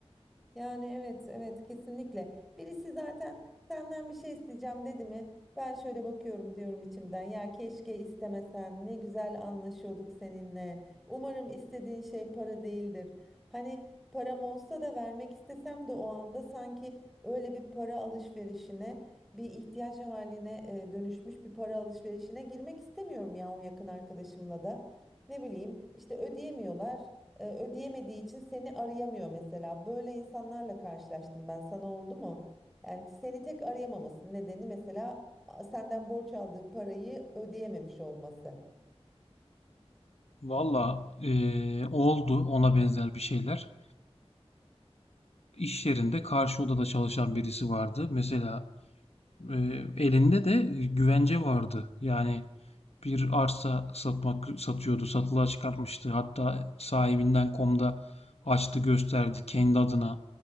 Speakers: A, in the centre; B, on the left.
A: Yani evet evet kesinlikle. Birisi zaten senden bir şey isteyeceğim dedi mi? Ben şöyle bakıyorum diyorum içimden. Ya keşke istemesen. Ne güzel anlaşıyorduk seninle. Umarım istediğin şey para değildir. Hani param olsa da vermek istesem de o anda sanki öyle bir para alışverişine, bir ihtiyaç haline e, dönüşmüş bir para alışverişine girmek istemiyorum ya o yakın arkadaşımla da. Ne bileyim işte ödeyemiyorlar e, ödeyemediği için seni arayamıyor mesela. Böyle insanlarla karşılaştım ben. Sana oldu mu? Yani seni tek arayamamasının nedeni mesela a, senden borç aldığı parayı ödeyememiş olması.
B: Valla e, oldu ona benzer bir şeyler. İş yerinde karşı odada çalışan birisi vardı. Mesela e, elinde de güvence vardı. Yani bir arsa satmak satıyordu. Satılığa çıkartmıştı. Hatta sahibinden komda açtı gösterdi kendi adına